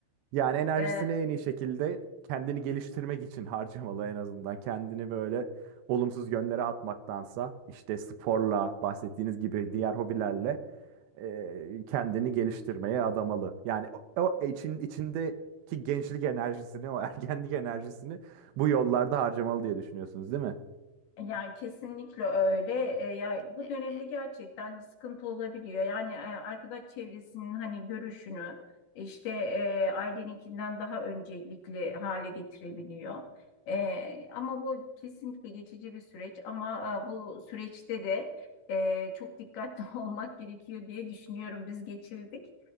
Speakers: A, on the right (about 75°); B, on the left (about 60°).
A: Yani enerjisini
B: E,
A: en iyi şekilde kendini geliştirmek için harcamalı en azından. Kendini böyle olumsuz yönlere atmaktansa işte sporla bahsettiğiniz gibi diğer hobilerle e, kendini geliştirmeye adamalı. Yani o, o için, içindeki gençlik enerjisini, o <laughs> ergenlik enerjisini bu yollarda harcamalı diye düşünüyorsunuz değil mi?
B: Yani kesinlikle öyle. E, ya bu dönemde gerçekten sıkıntı olabiliyor. Yani e, arkadaş çevresinin hani görüşünü işte e, aileninkinden daha öncelikli hale getirebiliyor. E, ama bu kesinlikle geçici bir süreç. Ama e, bu süreçte de e, çok dikkatli <laughs> olmak gerekiyor diye düşünüyorum. Biz geçirdik.